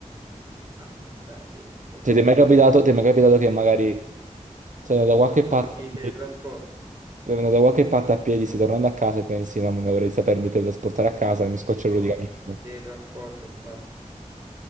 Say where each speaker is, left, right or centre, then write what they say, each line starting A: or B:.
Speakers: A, on the right (about 30°); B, on the right (about 75°).
A: Ah, bu- beh, sì, probabile.
B: Cioè, ti è mai capitato, ti è mai capitato che magari sei andato da qualche parte
A: No, sì, teletrasporto.
B: Sei andato da qualche parte a piedi, stai tornando a casa e pensi, mamma mia, vorrei sapermi teletrasportare a casa e mi scoccio
A: No,
B: l'ora di camminare.
A: teletrasporto, infatti.